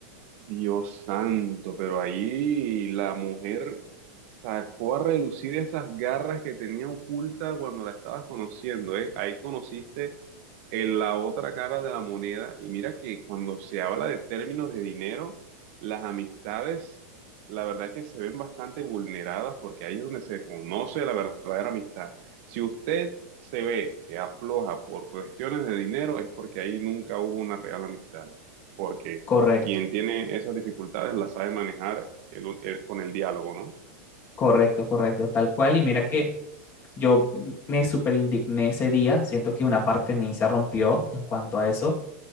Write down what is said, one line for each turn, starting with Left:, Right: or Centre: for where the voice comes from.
Right: Dios santo, pero ahí la mujer sacó a relucir esas garras que tenía oculta cuando la estabas conociendo, ¿eh? Ahí conociste en la otra cara de la moneda y mira que cuando se habla de términos de dinero, las amistades, la verdad es que se ven bastante vulneradas porque ahí es donde se conoce la verdadera amistad. Si usted se ve que afloja por cuestiones de dinero, es porque ahí nunca hubo una real amistad porque
Left: Correcto,
Right: quien tiene esas dificultades las sabe manejar el- el- con el diálogo, ¿no?
Left: correcto, correcto, tal cual. Y mira que yo me súper indigné ese día, siento que una parte de mí se rompió en cuanto a eso.